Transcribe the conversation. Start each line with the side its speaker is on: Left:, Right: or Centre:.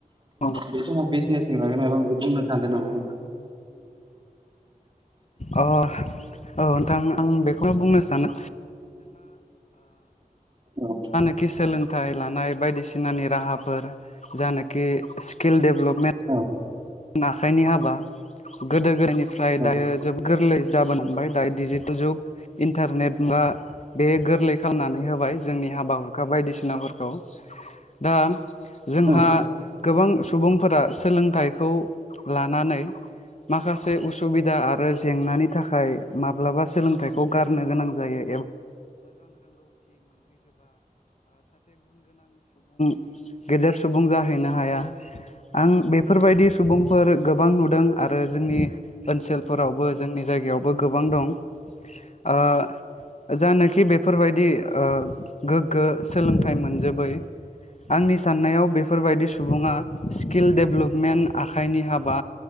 Left: नंगौ
Right: बे समाव बिजनेस नि बागै मायबा मीनसे बुंनो सानदों नामा? नोंथां
Left: अ औ नोंथां आं बेखौनो बुंनो सानो।
Right: औ
Left: <inaudible> फिथाइ लानाय बायदिसिनानि राहाफोर जानोखि स्किल डेभेलपमेन्ट
Right: औ
Left: आखाइनि हाबा गोदो गोदायनिफ्राय
Right: औ
Left: दायो जोबोद गोरलै गाबोन हमबाय दायो डिजिटेल जुग इन्टारनेट बा बे गोरलै खालामनानै होबाय जोंनि हाबा हुखा बायदिसिनाफोरखौ। दा जोंहा
Right: औ
Left: गोबां सुबुंफोरा सोलोंथाइ खौ लानानै माखासे उसुबिदा आरो जेंनानि थाखाय माब्लाबा सोलोंथाइखौ गारनो गोनां जायै। <inaudible> गेदेर सुबुं जाहैनो हाया आं बेफोरबायदि सुबुंफोर गोबां नुदों आरो जोंनि ओनसोलफोरावबो जोंनि जायगायावबो गोबां दं ओ जानो खि बेफोरबायदि ओ गोग्गो सोलोंथाइ मोनजोबै आंनि साननायाव बेफोरबायदि सुबुङा स्किल दडेभलपमेन्ट आखाइनि हाबा